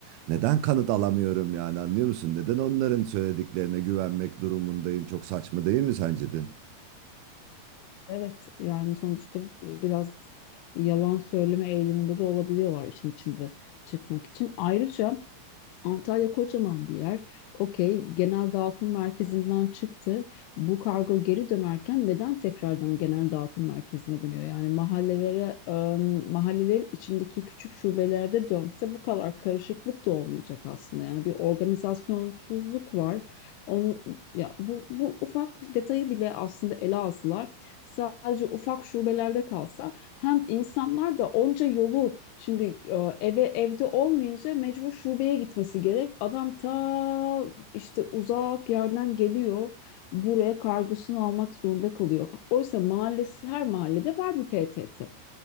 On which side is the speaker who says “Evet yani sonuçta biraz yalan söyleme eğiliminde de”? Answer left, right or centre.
Left